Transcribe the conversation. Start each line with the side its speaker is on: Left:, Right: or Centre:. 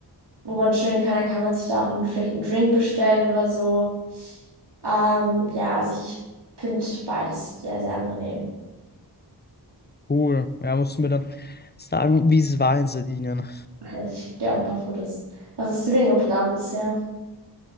Right: wo man chillen kann, dann kann man sich da auch einen, vielleicht einen Drink bestellen oder so. Ähm, ja, also ich finde beides sehr, sehr angenehm.
Left: Pool. Ja, musst du mir dann sagen, wie es war in Sardinien.
Right: Ich schicke dir auch ein paar Fotos. Was hast du denn geplant bisher?